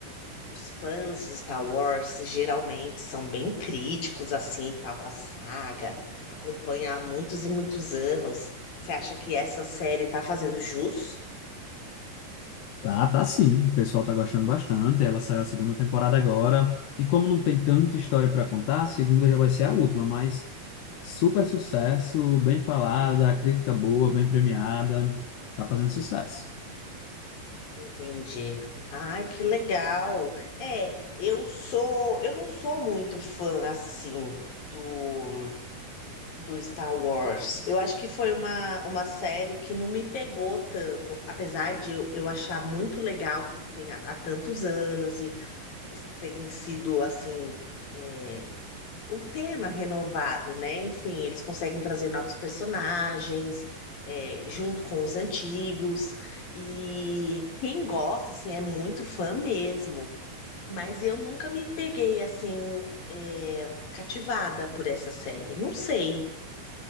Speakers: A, on the left (about 60°); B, on the left (about 80°).
A: Os fãs de Star Wars geralmente são bem críticos assim, e tal, com a saga, acompanha há muitos e muitos anos. Você acha que essa série tá fazendo jus?
B: Tá, tá sim. O pessoal tá gostando bastante. Ela saiu a segunda temporada agora. E como não tem tanta história para contar, a segunda já vai ser a última, mas super sucesso, bem falada, crítica boa, bem premiada. Tá fazendo sucesso.
A: Entendi. Ai, que legal. É, eu sou, eu não sou muito fã assim do do Star Wars. Eu acho que foi uma, uma série que não me pegou tanto, apesar de eu, eu achar muito legal que tenha há tantos anos es- tem sido assim é, o tema renovado, né? Enfim, eles conseguem trazer novos personagens é, junto com os antigos e quem gosta assim é muito fã mesmo. Mas eu nunca me peguei assim é, cativada por essa série. Não sei.